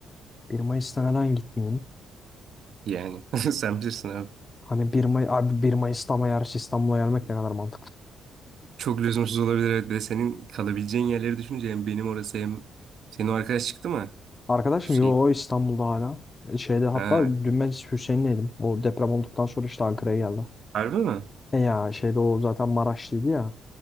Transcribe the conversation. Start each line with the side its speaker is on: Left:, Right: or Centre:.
Left: Bir Mayıs'ta neden gitmeyeyim?
Right: Yani <laughs> sen bilirsin abi.
Left: Hani bir May abi 1 Mayıs'ta ama yarış İstanbul'a gelmek ne kadar mantıklı.
Right: Çok lüzumsuz olabilir evet. Bir de senin kalabileceğin yerleri düşününce hem benim orası hem... Senin o arkadaş çıktı mı?
Left: Arkadaşım
Right: Hüseyin.
Left: yo İstanbul'da hala. E, Şeyde hatta
Right: Ha,
Left: dün ben Hüseyin'leydim. O deprem olduktan sonra işte Ankara'ya geldi.
Right: harbi mi?
Left: E ya şeyde o zaten Maraşlıydı ya.